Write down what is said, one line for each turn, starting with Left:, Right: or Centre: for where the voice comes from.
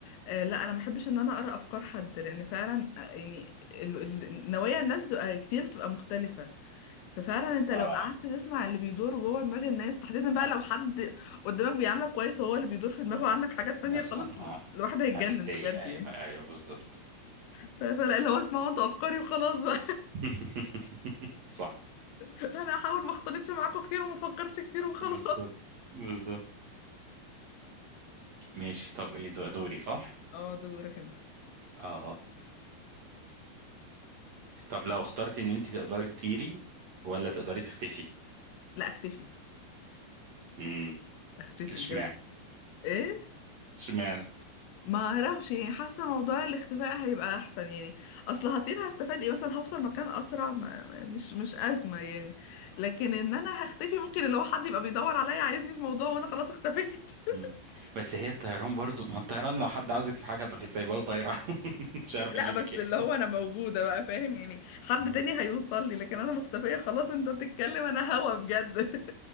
Left: آه، لا انا ما بحبش ان انا اقرا افكار حد لان فعلا آه، يعني ال- ال- نوايا الناس بتبقى كتير بتبقى مختلفه ففعلا انت لو
Right: اه
Left: قعدت تسمع اللي بيدور جوه دماغ الناس تحديدا بقى
Right: هت-
Left: لو حد قدامك بيعاملك كويس وهو اللي بيدور في دماغه عندك حاجات
Right: مثلا
Left: تانية خلاص ال-
Right: اه
Left: الواحد هيتجنن
Right: هتتضايق
Left: بجد
Right: ايوه
Left: يعني
Right: ايوه بالظبط
Left: ف- فلا اللي هو اسمعوا انتوا افكاري وخلاص بقى
Right: <laughs> صح
Left: انا هحاول ما اختلطش معاكم كتير وما افكرش كتير وخلاص
Right: بالظبط بالظبط ماشي طب ايه دو- دوري صح
Left: اه ده دورك انت
Right: اه طب لو اخترتي ان انت تقدري تطيري ولا تقدري تختفي
Left: لا اختفي
Right: امم
Left: اختفي
Right: اشمعنى
Left: بجد ايه
Right: اشمعنى
Left: ما اعرفش يعني حاسه موضوع الاختفاء هيبقى احسن يعني اصل هطير هستفاد ايه مثلا هوصل مكان اسرع ما ما- مش مش ازمه يعني لكن ان انا هختفي ممكن اللي هو حد يبقى بيدور عليا عايزني في موضوع وانا خلاص اختفيت <laughs>
Right: مم. بس هي الطيران برضو ما الطيران لو حد عاوزك في حاجه تروحي تسيبها وطايره <laughs> مش عارف
Left: لا
Right: يجيبك
Left: بس
Right: يعني
Left: اللي هو انا موجوده بقى فاهم يعني حد
Right: آه.
Left: تاني هيوصل لي لكن انا مختفيه خلاص انت بتتكلم انا هوا بجد